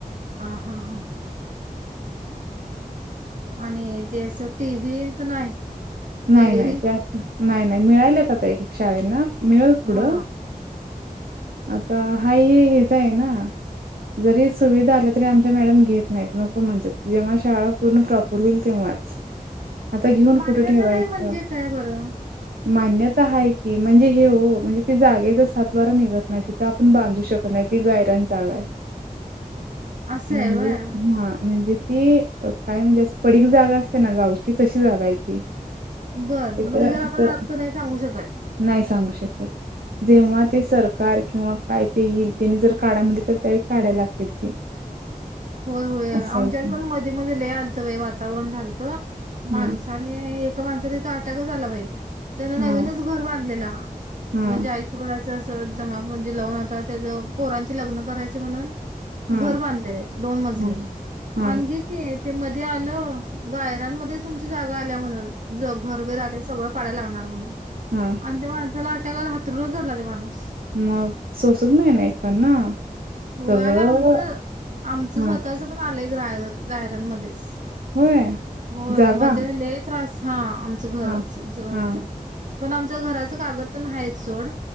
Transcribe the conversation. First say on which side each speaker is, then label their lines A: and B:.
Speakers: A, on the right (about 55°); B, on the right (about 85°).
A: ह हा हा. आणि ते असं टी व्ही तर नाही
B: नाही
A: एलईडी
B: नाही त्या नाही नाही मिळाल्याच आता एक एक शाळेना मिळेल
A: हा
B: पुढं. आता हाय हेच आहे ना. जरी सुविधा आल्या तरी आमच्या मॅडम घेत नाहीत नको म्हणच्यात जेव्हा शाळा पूर्ण प्रॉपर होईल तेव्हाच. आता घेऊन
A: मान्यता
B: कुठं ठेवायचं
A: नाही म्हणजे काय बरं
B: मान्यता आहे की म्हणजे हे हो म्हणजे ते जागेच सात बारा निघत नाही तिथं आपण बांधू शकत नाही ती गायरान जागा आहे.
A: असं
B: म्हणजे
A: आहे व्हय
B: हा म्हणजे कि काय म्हणजे अस पडीक जागा असते ना गावचीच अशी जागा आहे. ती
A: बरं
B: तिथं
A: मग ते जर
B: तिथं
A: आपण हक्क नाही सांगू शकत.
B: नाही सांगू शकत जेव्हा ते सर. कार किंवा काय ते येईल त्याने जर काढा म्हणली तर त्यावेळी काढाला लागते ते.
A: होय होय आमच्याकडे
B: असं आहे ते
A: पण मध्ये मध्ये लले आलत वातावरण झालतं माणस.
B: हा
A: आणि एका माणसा तिथ अटॅकच झाला पाहि. त्यानं
B: हम्म
A: नवीनच घर बांधलेलं
B: हम्म
A: म्हणजे आयुष्य. करायच अस जमा म्हणजे लावून आता त्याच पोरांचे लग्न करायचे म्हणून.
B: हम्म
A: घर बांधले दोन मजली
B: हम्म हम्म
A: आणखी. ते मध्ये आलं गायरांमध्ये तुमच्या जागा आल्या म्हणून ज घरबर आल्या सगळं. पाडय लाणार म्हणून.
B: हा.
A: आणि त्या माणसाला अटाकायला हातरच झारला ते माणूस.
B: मग सोसत नाही नाही काना
A: होय
B: सगळं.
A: आणि आमचं आमचं
B: हा
A: स्वतःच पण आलंय गाय गायरांमध्येच.
B: होय
A: होय
B: जागा
A: मध्ये ल त्रास हा आमचं घर
B: हा
A: तुमच घराच्या.
B: हा
A: पण आमच घराच कागद तर नाही सोड